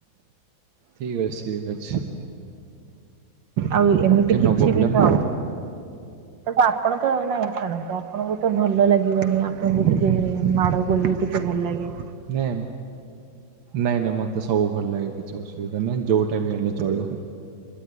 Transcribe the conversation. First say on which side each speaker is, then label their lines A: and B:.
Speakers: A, on the right; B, on the right.
A: ଠିକ ଅଛି, ଠିକ ଅଛି।
B: ଆଉ ଏମିତି
A: ଓକେ
B: କିଛି
A: ନୋ ପ୍ରୋବ୍ଲେମ୍।
B: ବି ତ ଆପଣ ତ ନାଇଁ ଛାଡ଼ନ୍ତୁ, ଆପଣଙ୍କୁ ତ ଭଲ ଲାଗିବନି ଆପଣଙ୍କୁ ଟିକେ ମାଡ଼ ଗୋଳି ଟିକେ ଭଲ ଲାଗେ
A: ନାଇଁ ନାଇଁ ନାଇଁ ମତେ ସବୁ ଭଲ ଲାଗେ କିଛି ଅସୁବିଧା ନାହିଁ, ଯୋଉଟା ବି ହେଲେ ଚଳିବ।